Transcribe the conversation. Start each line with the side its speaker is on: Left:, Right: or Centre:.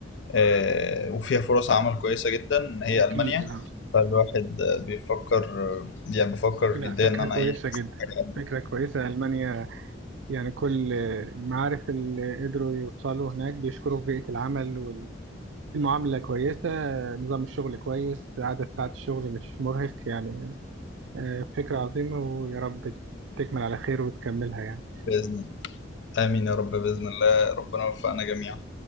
Left: آه، وفيها فرص عمل كويسة جدا هي
Right: أكيد
Left: ألمانيا
Right: لا
Left: فالواحد آه، بيفكر آه، يعني بفكر
Right: لا
Left: جديا
Right: فكرة
Left: إن أنا
Right: كويسة
Left: إيه
Right: جدا
Left: أشوف حاجة ألمانيا
Right: فكرة كويسة ألمانيا يعني كل المعارف اللي قدروا يوصلوا هناك بيشكروا في بيئة العمل المعاملة كويسة نظام الشغل كويس عدد ساعات الشغل مش مرهق يعني آه، فكرة عظيمة ويا رب تكمل على خير وتكملها يعني
Left: بإذن آمين يا رب بإذن الله ربنا يوفقنا جميعا